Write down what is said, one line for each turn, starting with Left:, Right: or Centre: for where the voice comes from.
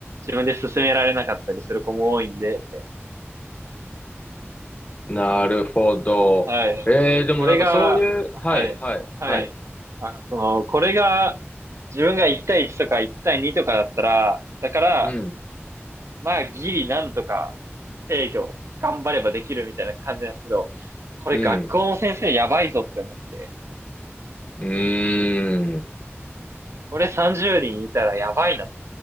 Right: 自分で進められなかったりする子も多いんで、
Left: なるほど。
Right: はい。
Left: えー、でもなんかそういう、
Right: これが、
Left: はい、
Right: はい、
Left: はい、
Right: はい。
Left: はい。
Right: あ、その、これが、自分が1対1とか1対2とかだったら、だから、
Left: うん、
Right: まあ、ギリなんとか制御、頑張ればできるみたいな感じなんですけど、これ学校の先生やばいぞって思って。
Left: うん、うーん。
Right: これ30人いたらやばいなって。